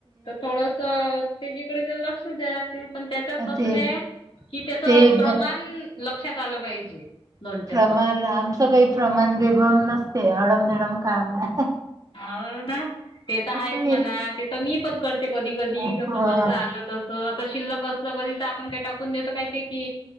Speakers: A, on the left; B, on the right.
A: तर थोडसं त्याच्याकडे तर लक्षच द्याय लागते पण त्याच कसं
B: ते
A: काय कि त्याच
B: ते
A: प्रमाण
B: ब
A: लक्षात आलं पाहिजे लोणच्याच
B: प्रमाण आमचं काही प्रमाण बिमान नसते अडमधडम काम ए
A: हाव ना ते तर आहेच
B: मी
A: म्हणा ते तर मी पण करते कधी कधी
B: हा
A: कसं जस आलं तसं आता शिल्लक कधी तर आपण काय टाकून देतो काय ते की